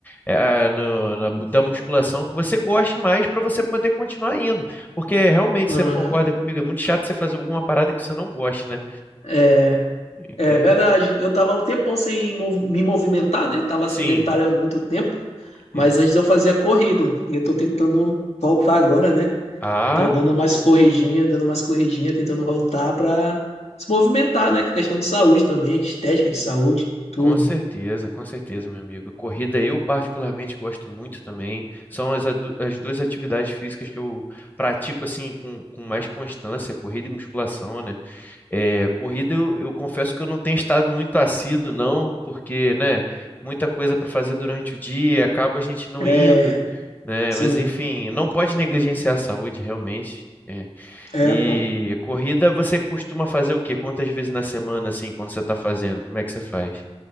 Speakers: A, on the left; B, on the left.
A: é, ah, no- na mu- da musculação que você goste mais para você poder continuar indo, porque realmente
B: Aham.
A: você não concorda comigo, é muito chato você fazer alguma parada que você não goste, né?
B: É,
A: Entende?
B: é verdade. Eu tava um tempão sem mov- me movimentar, né? Tava
A: Sim,
B: sedentário há muito tempo. Mas
A: isso.
B: antes eu fazia corrida. E eu tô tentando voltar agora, né?
A: Ah,
B: Tô dando
A: muito
B: mais
A: bom.
B: corridinha, dando mais corridinha, tentando voltar pra se movimentar, né? Que é Questão de saúde também, de estética, de saúde, tudo.
A: Com certeza, com certeza, meu amigo. Corrida eu particularmente gosto muito também. São as, adu- as duas atividades físicas que eu pratico assim com, com mais constância, corrida e musculação, né? É, corrida eu, eu confesso que eu não tenho estado muito assíduo, não, porque, né, muita coisa para fazer durante o dia, acaba a gente não
B: É,
A: indo, né?
B: sim.
A: Mas enfim, não pode negligenciar a saúde, realmente. é.
B: É,
A: E
B: pô.
A: corrida você costuma fazer o quê? Quantas vezes na semana, assim, quando você está fazendo? Como é que você faz?